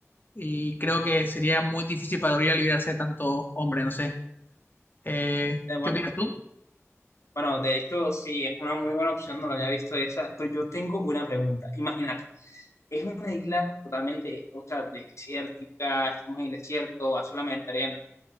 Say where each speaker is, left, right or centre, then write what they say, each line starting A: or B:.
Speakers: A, on the left (about 40°); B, on the left (about 70°).
A: Y creo que sería muy difícil para Gabriela librarse de tanto hombre, no sé. Eh,
B: eh,
A: ¿qué opinas tú?
B: Bueno, de hecho, sí, es una muy buena opción, no lo había visto esa, pero yo tengo una pregunta. Imagínate, es una isla totalmente, o sea, desértica, estamos en el desierto, va solamente arena